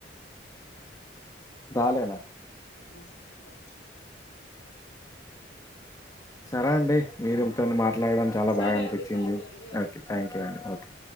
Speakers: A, on the left (about 20°); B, on the left (about 75°).
A: రాలే నాకు
B: <inaudible>
A: సరే అండి మీరుతోనీ మాట్లాడడం చాలా
B: సరే
A: బాగా అనిపించింది,
B: అండి థ్యాంక్ యూ అండి
A: ఓకే థ్యాంక్యూ అండి ఓకే.